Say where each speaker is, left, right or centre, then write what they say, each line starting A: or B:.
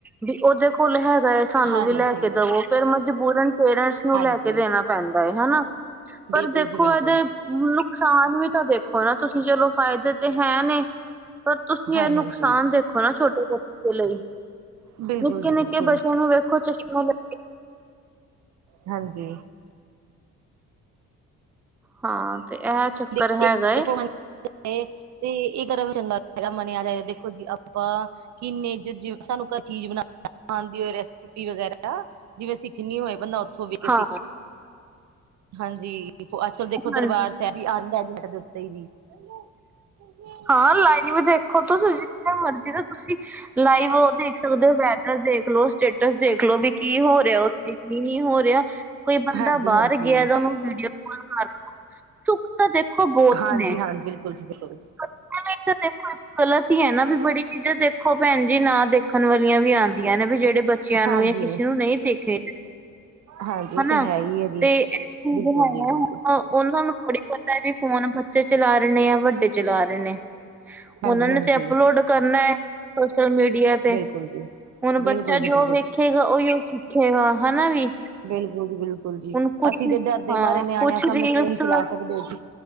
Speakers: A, in the centre; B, on the right.
A: ਵੀ ਉਹਦੇ ਕੋਲ ਹੈਗਾ ਏ ਸਾਨੂੰ
B: ਹਾਂਜੀ
A: ਵੀ ਲੈ
B: ਸਹੀ
A: ਕੇ
B: ਹੈ
A: ਦਵੋ ਫੇਰ ਮਜਬੂਰਨ ਪੇਰੈਂਟਸ ਨੂੰ
B: ਹਾਂਜੀ
A: ਲੈ ਕੇ ਦੇਣਾ ਪੈਂਦਾ ਏ ਹਨਾ ਪਰ
B: ਬਿਲਕੁਲ
A: ਦੇਖੋ
B: ਜੀ ਬਿਲਕੁਲ
A: ਇਹਦੇ ਨੁਕਸਾਨ ਵੀ ਤਾਂ ਦੇਖੋ ਨਾ ਤੁਸੀ ਚਲੋ ਫਾਇਦੇ ਤੇ ਹੈ ਨੇ ਪਰ ਤੁਸੀ
B: ਹਾਂਜੀ
A: ਇਹ ਨੁਕਸਾਨ
B: ਹਾਂਜੀ
A: ਦੇਖੋ ਨਾ ਛੋਟੇ ਜ ਬੱਚੇ ਲਈ।
B: ਬਿਲਕੁਲ
A: ਨਿੱਕੇ-ਨਿੱਕੇ
B: ਜੀ ਬਿਲਕੁਲ
A: ਬੱਚਿਆਂ ਨੂੰ ਵੇਖੋ ਚਸ਼ਮੇ ਲ
B: ਹਾਂਜੀ।
A: ਹਾਂ ਤੇ ਇਹ ਚੱਕਰ
B: ਦੇਖੋ
A: ਹੈਗਾ ਏ।
B: ਤੇ ਇਹ ਕਰ ਚੰਗਾ ਹੈਗਾ ਆ ਮਨ ਜਾਏਗ ਦੇਖੋ ਜੀ ਆਪਾਂ ਕਿੰਨੇ ਜਿਵੇਂ ਸਾਨੂੰ ਚੀਜ਼ ਬਣਾਦੀ ਓ ਰੈਸਿਪੀ ਵਗੈਰਾ ਜਿਵੇਂ ਸਿੱਖਣੀ ਹੋਏ ਬੰਦਾ ਏ
A: ਹਾਂ
B: ਸੀ ਹਾਂਜੀ ਅੱਜ-ਕੱਲ੍ਹ ਦੇਖੋ ਦਰਬਾਰ
A: ਹਾਂਜੀ
B: <unintelligible>
A: ਹਾਂ ਲਾਈਵ ਦੇਖੋ ਤੁਸੀ ਜਿਨਾ ਮਰਜ਼ੀ ਦਾ ਤੁਸੀ ਲਾਈਵ ਦੇਖ ਸਕਦੇ ਓ ਵੈਦਰ ਦੇਖ ਲੋ, ਸਟੇਟਸ ਦੇਖ ਲੋ ਵੀ ਕੀ ਹੋ ਰਿਹਾ ਉੱਥੇ ਕੀ ਨੀ ਹੋ ਰਿਹਾ। ਕੋਈ ਬੰਦਾ
B: ਹਾਂਜੀ
A: ਬਾਹਰ
B: ਹਾਂਜੀ
A: ਗਿਆ ਤਾ ਉਹਨੂੰ ਵੀਡੀਓ ਕੋਲ ਕਰ ਲੋ। ਸੁਖ ਤਾਂ ਦੇਖੋ ਬਹੁਤ
B: ਹਾਂਜੀ
A: ਨੇ।
B: ਬਿਲਕੁਲ ਜੀ ਬਿਲਕੁਲ।
A: <inaudible> ਗਲਤ ਈ ਐ ਨਾ ਵੀ ਬੜੀ ਚੀਜ਼ਾਂ ਦੇਖੋ ਭੈਣ ਜੀ ਨਾ ਦੇਖਣ ਵਾਲੀਆ ਵੀ ਆਂਦੀਆ ਨਾ ਵੀ ਜਿਹੜੇ ਬੱਚੇ ਬੱਚਿਆਂ
B: ਹਾਂਜੀ
A: ਨੂੰ ਜਾਂ ਕਿਸੇ ਨੂੰ ਨਈ ਦੇਖੇ
B: ਹਾਂਜੀ ਉਹ
A: ਹਨਾ
B: ਤੇ ਹੈ ਹੀ ਹੈ ਜੀ
A: ਤੇ <inaudible> ਉਹਨਾਂ
B: ਬਿਲਕੁਲ ਜੀ ਬਿਲਕੁਲ
A: ਨੂੰ ਥੋੜੀ ਪਤਾ ਐ ਵੀ ਫੋਨ ਬੱਚੇ ਚਲਾ ਰਹੇ ਨੇ ਆ ਵੱਡੇ ਚਲਾ ਰੇ ਨੇ।
B: ਹਾਂਜੀ
A: ਉਹਨਾਂ ਨੇ
B: ਹਾਂਜੀ
A: ਤੇ ਅਪਲੋਡ ਕਰਨਾ ਸੋਸ਼ਲ ਮੀਡੀਆ ਤੇ।
B: ਬਿਲਕੁਲ
A: ਹੁਣ
B: ਜੀ, ਬਿਲਕੁਲ
A: ਬੱਚਾ
B: ਜੀ, ਬਿਲਕੁਲ।
A: ਜੋ ਵੇਖੇਗਾ ਉਹੀ ਉਹ ਸਿੱਖੇਗਾ ਹਨਾ ਵੀ।
B: ਬਿਲਕੁਲ ਜੀ ਬਿਲਕੁਲ
A: ਹੁਣ
B: ਜੀ
A: ਕੁਛ
B: ਅਸੀ ਤੇ ਡਰਦੇ
A: ਹਾਂ
B: ਮਾਰੇ ਨਿਆਣਿਆ
A: ਕੁਛ
B: ਸਾਹਮਣੇ
A: ਰੀਲਸ
B: ਫੋਨ ਨੀ ਚਲਾ ਸਕਦੇ ਜੀ।